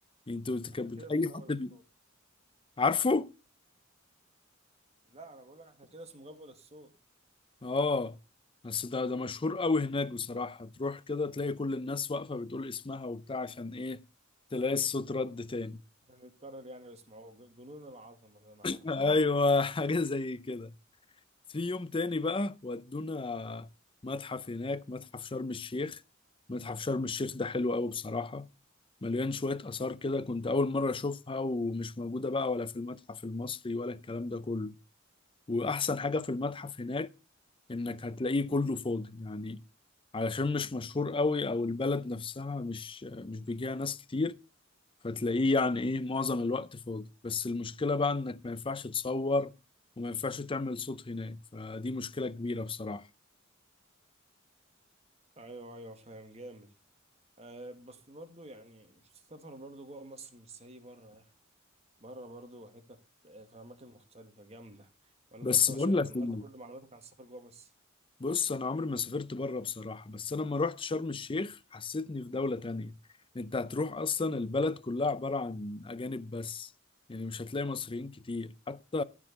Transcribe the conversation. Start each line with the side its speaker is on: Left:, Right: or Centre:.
Left: يعني انت بت- كانت
Right: عشان كده
Left: بت- اي
Right: اسمه جبل
Left: حد بي...
Right: الصوت
Left: عارفه
Right: لا انا بقول لك عشان كده اسمه جبل الصوت
Left: اه بس ده ده مشهور قوي هناك بصراحه تروح كده تلاقي كل الناس واقفه بتقول اسمها وبتاع عشان ايه تلاقي الصوت رد تاني
Right: عشان يتكرر يعني ويسمعوه ج- جنون العظمه اللي
Left: <laughs>
Right: انا عارفه
Left: ايوه حاجه زي كده في يوم تاني بقى ودونا متحف هناك متحف شرم الشيخ متحف شرم الشيخ ده حلو قوي بصراحة مليان شوية آثار كده كنت أول مرة أشوفها ومش موجودة بقى ولا في المتحف المصري ولا الكلام ده كله وأحسن حاجة في المتحف هناك إنك هتلاقيه كله فاضي يعني علشان مش مشهور قوي أو البلد نفسها مش مش بيجيها ناس كتير فتلاقيه يعني ايه معظم الوقت فاضي بس المشكلة بقى انك ما ينفعش تصور وما ينفعش تعمل صوت هناك فدي مشكلة كبيرة بصراحة
Right: ايوه ايوه فاهم جامد أه بس برضو يعني السفر برضو جوه مصر مش زي بره بره برضو حتت آه، في اماكن مختلفه جامده ولا
Left: بس
Right: انت بس
Left: بقول
Right: ولا
Left: لك إيه،
Right: انت كل معلوماتك عن السفر جوه بس
Left: بص انا عمري ما سافرت بره بصراحة بس انا لما رحت شرم الشيخ حسيتني في دولة تانية انت هتروح اصلا البلد كلها عبارة عن اجانب بس يعني مش هتلاقي مصريين كتير حتى